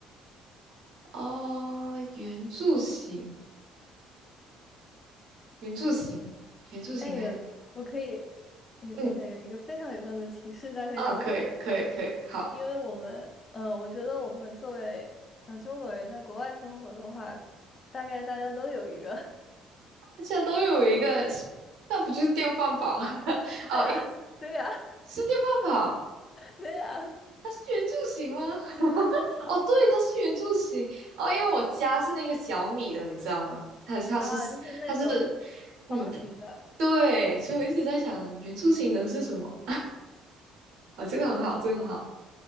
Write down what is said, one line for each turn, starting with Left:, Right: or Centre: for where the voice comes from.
Right: 哦，圆柱形，圆柱形，圆柱形还，
Left: 哎，有我可以，也等一下有一个非常有用的提示，
Right: 嗯，
Left: 大概就是
Right: 啊，可以，可以，可以，好，
Left: 因为我们，呃，我觉得我们作为呃中国人在国外生活的话，大概大家都有一个，
Right: 大家都有一个，那不就是电饭煲？<laughs>
Left: <laughs>
Right: 哦，
Left: 对呀，
Right: 应
Left: 对呀，
Right: 是电饭煲，
Left: 对呀，
Right: 它是圆柱形吗？<laughs> 哦，对，它是圆柱形。哦，因为我家是那个小米的，你知道吗？它它是
Left: <laughs> 啊，就是那种
Right: 它是，嗯，
Left: 方形的。
Right: 对，所以我一直在想原住型人是什么啊？这个很好，这个很好。